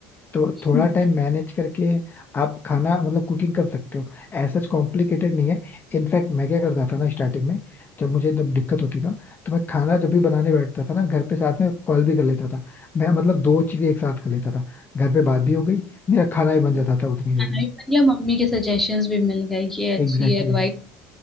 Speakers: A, on the left; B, in the centre.
A: तो
B: हम्म।
A: थोड़ा टाइम मैनेज करके आप खाना मतलब कुकिंग कर सकते हो ऐसा कॉम्प्लिकेटेड नहीं है इनफैक्ट मैं क्या करता था ना स्टार्टिंग में जब मुझे एकदम दिक्कत होती था तो मैं खाना जब भी बनाने बैठता था ना घर पे साथ में कॉल भी कर लेता था मैं मतलब दो चीजें एक साथ कर लेता था घर पे बात भी हो गई मेरा खाना भी बन जाता था उतनी देर
B: खाना
A: में
B: भी बन गया मम्मी के सजेशंस भी मिल गए ये अच्छी
A: Exactly
B: एडवाइस
A: exactly.